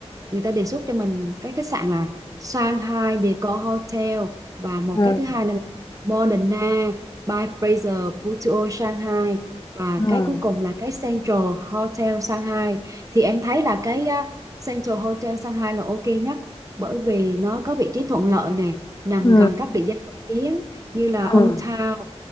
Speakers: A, on the right (about 30°); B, on the left (about 35°).
A: người ta đề xuất cho mình cái khách sạn là Shanghai Decor Hotel và một
B: ừ
A: cái thứ hai nữa là Moderna by Fraser Putuo Shanghai và
B: ừ
A: cái cuối cùng là cái Central Hotel Shanghai thì em thấy là cái à, Central Hotel Shanghai là ok nhất bởi vì nó có vị trí thuận lợi nè nằm
B: ừ
A: gần các địa danh nổi tiếng như là
B: ừ
A: Old Town